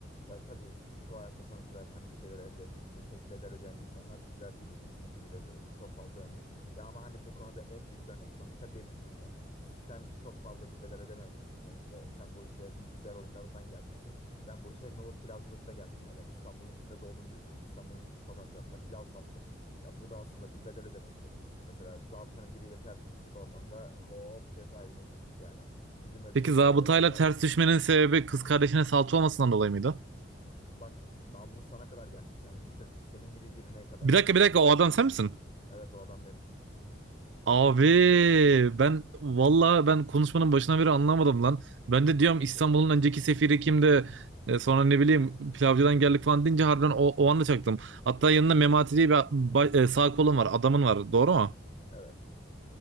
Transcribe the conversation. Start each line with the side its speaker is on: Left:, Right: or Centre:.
Left: Ya tabii şu hayatta sonuçta hani bir şeyler elde etmek için tek bedel ödeyen insanlar bizler değiliz. Bizim gibileri çok fazla örnek. Ya ama hani bu konuda en büyük örnek sonuçta benim. Hani sen çok fazla bir bedel ödememişsin sonuçta. Sen bu işe bilgisayar oyunlarından gelmişsin. Ben bu işe nohut pilavcılıkta geldim. Yani ben İstanbul'un içinde doğdum büyüdüm. İstanbul'un iç- sokaklarında pilav sattım. Ya bu da aslında bir bedel ödemektir. Mesela zabıtanın biriyle ters düştük. Oradan da hop cezaevine girdik yani. Bizim ödediğimiz
Right: Peki zabıtayla
Left: bedeller daha
Right: ters
Left: büyük.
Right: düşmenin sebebi kız kardeşine salça olmasından dolayı mıydı?
Left: Bak namımız sana kadar gelmiş yani. Düşün senin gibi birine kadar
Right: Bir
Left: gelmiş.
Right: dakika bir dakika o adam sen misin?
Left: Evet o adam benim.
Right: Abi ben valla ben konuşmanın başına beri anlamadım lan. Ben de diyorum
Left: Sıkıntı
Right: İstanbul'un
Left: yok.
Right: önceki sefiri kimdi? E, sonra ne bileyim pilavcıdan geldik falan deyince harbiden o, o anda çaktım. Hatta yanında Memati diye bir ba- e, sağ kolun var adamın var doğru mu?
Left: Evet.